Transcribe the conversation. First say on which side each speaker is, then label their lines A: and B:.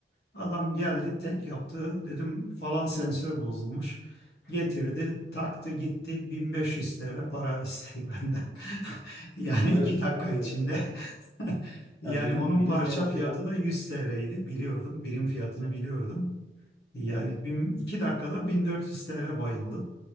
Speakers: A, on the left; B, on the left.
A: Adam geldi tek yaptı. Dedim falan sensör bozulmuş. Getirdi, taktı gitti. 1500 TL para istedi benden. <laughs> Yani
B: Evet,
A: iki dakika
B: evet.
A: içinde. <laughs> Yani
B: Ya bilin,
A: onun
B: bilinmeyen
A: parça
B: şeylerde.
A: fiyatı da 100 TL'ydi. Biliyordum. Birim fiyatını biliyordum. Yani
B: Evet.
A: bin, iki dakikada 1400 TL bayıldı.